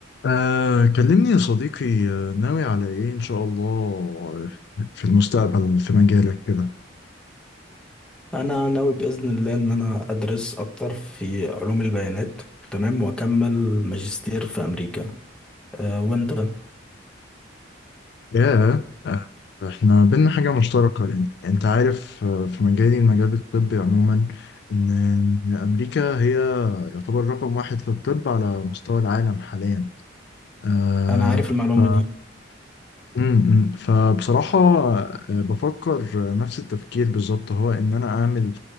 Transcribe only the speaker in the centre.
انا ناوي باذن الله ان انا ادرس اكتر في علوم البيانات تمام واكمل ماجستير في امريكا أه وانت
انا عارف المعلومه
دي